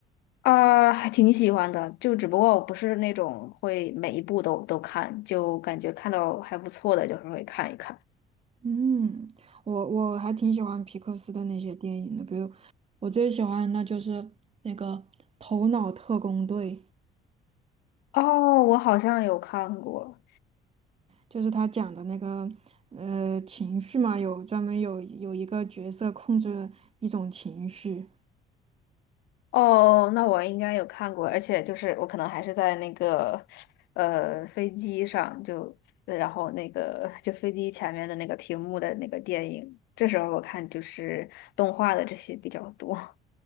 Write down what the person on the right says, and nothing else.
嗯，我我还挺喜欢皮克斯的那些电影的，比如我最喜欢的就是那个《头脑特工队》。
就是他讲的那个呃情绪嘛，有专门有有一个角色控制一种情绪，